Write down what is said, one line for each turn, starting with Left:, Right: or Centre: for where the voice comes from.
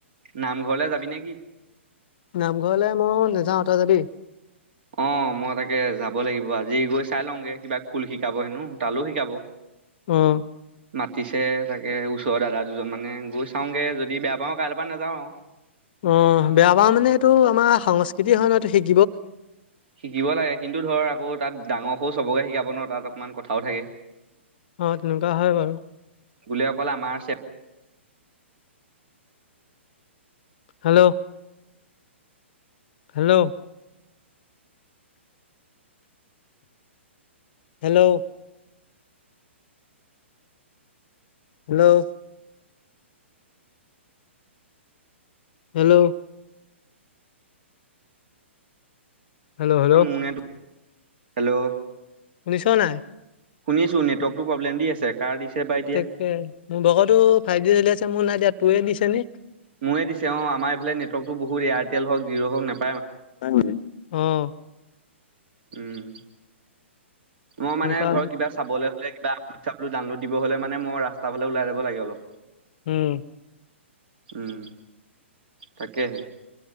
Right: নামঘৰলে যাবি নে কি?
Left: নামঘৰলৈ মই নাযাওঁ। তই যাবি?
Right: অ' মই তাকে যাব লাগিব আজি গৈ চাই লওঁ গে, কিবা খোল শিকাব হেনো তালোও শিকাব।
Left: অ
Right: মাতিছে তাকে ওচ ৰৰ দাদা দুজন মানে গৈ চাওঁগে যদি বেয়া পাওঁ কাইলৈ পৰা নাযাওঁ আৰু।
Left: অ', বেয়া পাওঁ মানে সেইটো আমাৰ সংস্কৃতি হয় নহয় সেইটো শিক
Right: শিকিব লাগে কিন্তু ধৰ আকৌ তাত ডাঙৰ সৰু সবকে শিকাব ন, তাত অকণমান কথাও থাকে।
Left: অ', তেনেকুৱা হয় বাৰু।
Right: বুলি অকলে আমাৰ
Left: hello. Hello. Hello hello hello hello hello
Right: মোৰ নে হেল্ল'
Left: শুনিছনে নাই?
Right: শুনিছোঁ নেটৱৰ্কতটো প্ৰব্লেম দি আছে কাৰ দিছে? বা এতিয়া
Left: তাকে, মোৰ ভাগতো ফাইভ জি চলি আছে মোৰ নাই দিয়া তোৰে দিছে নি।
Right: <unintelligible> দিছে অ, আমাৰ এইফালে নেৱৰ্কটো বহুত এয়াৰটেল হক জীয়ো' হক
Left: <unintelligible> অ',
Right: উম, মই মানে
Left: এনেকুৱা
Right: ধৰা কিবা চাবলৈ হ'লে কিবা ডাউনলোড দিব হ'লে মানে মই ৰাস্তাৰ ফালে ওলাই যাব লাগে অলপ।
Left: উম,
Right: উম, তাকেহে।